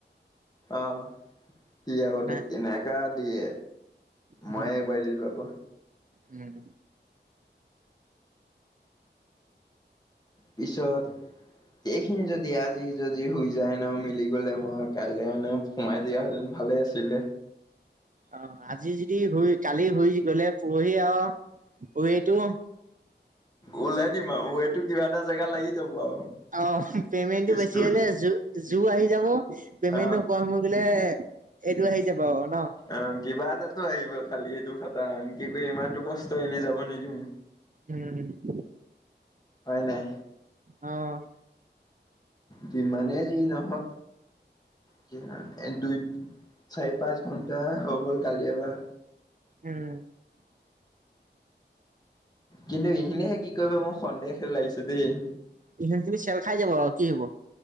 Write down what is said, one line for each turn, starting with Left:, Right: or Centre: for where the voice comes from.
Left: অঁ সি আগতে
Right: না।
Left: কেনেকা দিয়ে।
Right: উম,
Left: মইয়ে এবাৰ দিলো আকৌ।
Right: উম।
Left: পিছত এইখিনি যদি আজি যদি হৈ যায় ন, মিলি গ'লে মই কাইলৈ মানে সোমাই দিয়াহেঁতেন ভালে আছিলে।
Right: অঁ আজি যদি হৈ কালি হৈ গ'লে পৰহি আৰু পৰহিটো
Left: ওলাই দিম আও ৱেটো কিবা এটা জেগা লাগি যাব আৰু।
Right: অঁ পেইমেণ্টটো
Left: ইচটোৰ
Right: বেছি হলে জো জোৰ আহি যাব, পেমেন্টটো
Left: অ'।
Right: কম হৈ গ'লে এইটো আহি যাব। ন।
Left: অ', কিবা এটাতো আহিব খালি সেইটো খটাং। কি কৰি ইমানটো কষ্ট এনে যাব নিদিওঁ।
Right: উম, উম, উম।
Left: হয় নাই।
Right: অ'।
Left: যিমানেই যি নহওঁক কিনা এ দুই, চাৰি, পাঁচ ঘণ্টা হৈ গ'ল কালিৰ পৰা।
Right: উম।
Left: কিন্তু এইখিনিহে কি কৰিব মোক সন্দেহে লাগিছে দেই।
Right: এইখিনি তুমি চেল খাই যাব আৰু কি হ'ব।